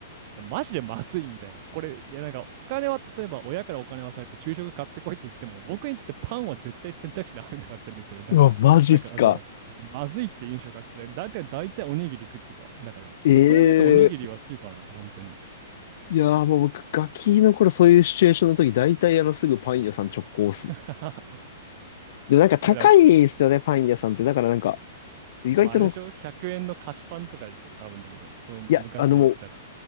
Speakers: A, on the right; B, on the left.
A: マジでまずいみたいな。これ、いやなんか、お金は、例えば親からお金はされて、昼食買ってこいって言っても、僕にとってパンは絶対選択肢に入んなかったんですよね。だから、
B: うわ、マジっすか。
A: なんかそう、まずいって印象がなくて、だいたい、おにぎり食ってた。だから、
B: ええ
A: それで言うとおにぎりは好きかな、本当に。
B: いやーもう僕、ガキの頃そういうシチュエーションの時、大体あのすぐパン屋さん直行っすね。
A: <laughs>
B: でもなんか高いですよね、
A: でもひ
B: パン屋さんって。だからなんか、意外との、
A: まあ、あれでしょ ?100 円の菓子パンとかでしょ多分だけど、その昔で言ったら。
B: いや、あの